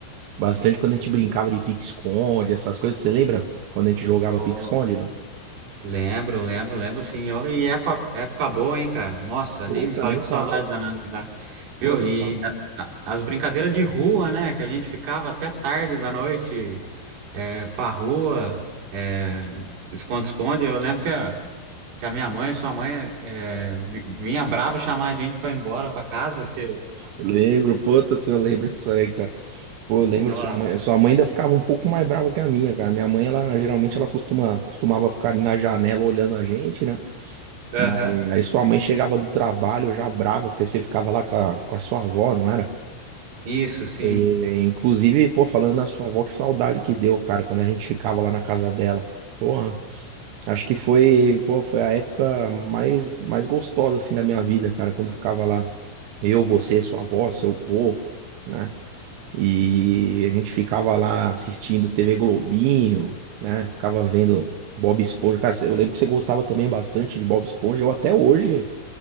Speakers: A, on the right (about 80°); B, on the right (about 55°).
A: bastante quando a gente brincava de pique-esconde, essas coisas. Você lembra? Quando a gente jogava
B: Ô,
A: pique-esconde, né?
B: Lembro, lembro, lembro sim. Ó, E época, época boa, hein, cara? Nossa,
A: Puta,
B: nem me fala
A: nem
B: que
A: fala.
B: saudade danada que dá. Viu?
A: Pô, nem
B: E
A: fala.
B: a- a- as brincadeiras de rua, né? Que a gente ficava até tarde da noite é, pra rua, é, esconde-esconde. Eu lembro que a, que a minha mãe, sua mãe, é, vi- vinha brava chamar a gente pra ir embora pra casa, porque,
A: Lembro, puta, se eu lembro disso aí, cara. Pô,
B: nossa.
A: eu lembro, sua mãe, sua mãe ainda ficava um pouco mais brava que a minha, cara. Minha mãe, ela geralmente ela costuma, costumava ficar ali na janela olhando a gente, né?
B: Aham.
A: Mas aí sua mãe chegava do trabalho já brava, porque você ficava lá com a, com a sua avó, não era?
B: Isso, sim.
A: E, inclusive, pô, falando na sua avó, que saudade que deu, cara, quando a gente ficava lá na casa dela. Porra, acho que foi, pô, foi a época mais, mais gostosa, assim, da minha vida, cara, quando eu ficava lá. Eu, você, sua avó, seu avô, né? E a gente ficava lá assistindo TV Globinho, né? Ficava vendo Bob Esponja. Cara, eu lembro que você gostava também bastante de Bob Esponja. Eu até hoje,